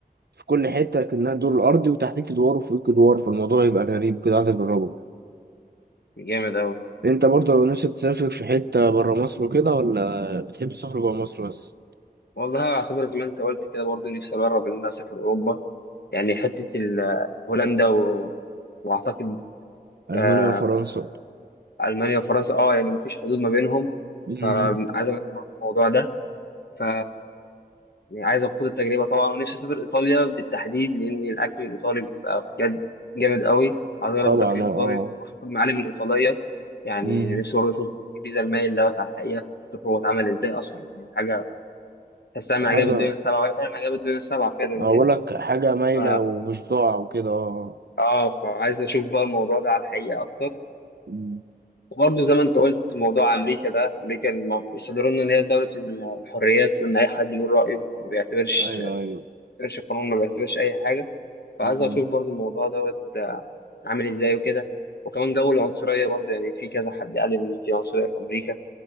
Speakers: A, on the right; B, on the left.
A: في كل حتة كأنها دور الأرضي وتحتك دوار وفوقك دوار فالموضوع يبقى غريب كده عايز أجربه.
B: جامد اوي
A: انت برضه لو نفسك تسافر في حتة برا مصر وكده ولا بتحب تسافر جوا مصر بس
B: والله اعتبر زي ما انت قلت كده برضو نفسي اجرب ان انا اسافر اوروبا يعني حته ال- هولندا و... واعتقد
A: ألمانيا
B: آه،
A: وفرنسا
B: المانيا وفرنسا اه يعني مفيش حدود ما بينهم
A: مم.
B: فعايز اجرب برضو الموضوع ده ف يعني عايز اخوض التجربه طبعا ونفسي اسافر ايطاليا بالتحديد لان الاكل الايطالي بيبقى بجد جامد قوي عايز اجرب
A: طبعا
B: الاكل الايطالي
A: اه اه.
B: واشوف المعالم الايطاليه يعني
A: مم.
B: نفسي برضه اشوف الجيزه المايل دوت على الحقيقه اشوف هو اتعمل ازاي اصلا يعني حاجه تحسها من
A: حاجة
B: عجائب الدنيا السبعه وهي فعلا من عجائب الدنيا السبعه فعلا يعني
A: أقول لك حاجة مايلة
B: ف
A: ومش ضاع وكده اه
B: اه فعايز اشوف بقى الموضوع ده على الحقيقه اكتر
A: مم.
B: وبرضه زي ما انت قلت موضوع امريكا ده امريكا الم- بيصدروا لنا ان هي دوله الحريات وان اي حد بيقول رايه ما بيعتبرش
A: أيوه
B: ما
A: أيوه
B: بيعتبرش قانون ما بيعتبرش اي حاجه فعايز
A: مم.
B: اشوف برضه الموضوع دوت آه، عامل ازاي وكده وكمان جو العنصريه برضه يعني في كذا حد قال ان في عنصريه في امريكا